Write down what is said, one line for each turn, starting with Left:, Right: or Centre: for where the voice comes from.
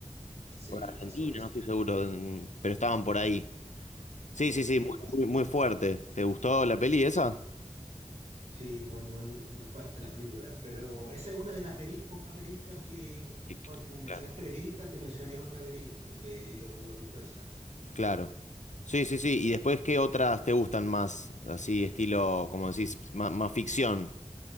Right: Sí,
Left: O de Argentina,
Right: pasó eso.
Left: no estoy seguro, en- pero estaban por ahí. Sí, sí,
Right: Sí,
Left: sí, muy,
Right: pasó.
Left: muy, muy fuerte. ¿Te gustó la peli esa?
Right: Sí, muy, muy, muy fuerte la película. Pero esa es una de las veri- pocas verídicas que,
Left: Que- que-
Right: bueno, como mencionaste
Left: claro.
Right: verídica, te mencioné otra verídica, porque yo, yo he visto esa.
Left: Claro. Sí, sí, sí. ¿Y después qué otras te gustan más? Así, estilo, como decís, ma- más, ficción.